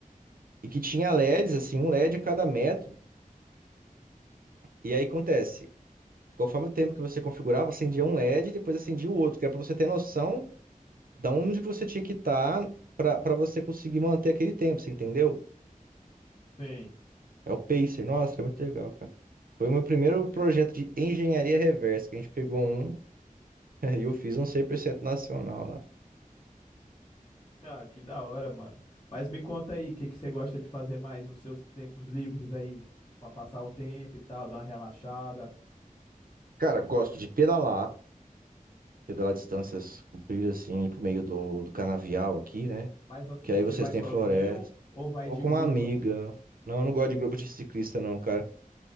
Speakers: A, on the right (about 80°); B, on the left (about 35°).
A: E que tinha LEDs assim, um LED a cada metro. E aí acontece, conforme o tempo que você configurava, acendia um LED e depois acendia o outro, que era pra você ter noção da onde que você tinha que estar pra para você conseguir manter aquele tempo, você entendeu?
B: Sim.
A: É o pacer. Nossa, é muito legal, cara. Foi o meu primeiro projeto de engenharia reversa, que a gente pegou um <laughs> e eu fiz um 100% nacional lá.
B: Ah, que da hora, mano. Mas me conta aí, o que que você gosta de fazer mais nos seus tempos livres aí? Pra passar o tempo e tal, dar uma relaxada.
A: Cara, gosto de pedalar, pedalar distâncias compridas assim, pro meio do, do canavial aqui, né?
B: Mas assim,
A: Que aí
B: você
A: vocês
B: vai
A: têm
B: sozinho
A: floresta.
B: ou vai
A: Vou
B: de
A: com
B: grupo
A: uma amiga.
B: assim?
A: Não, eu não gosto de grupo de ciclista, não, cara.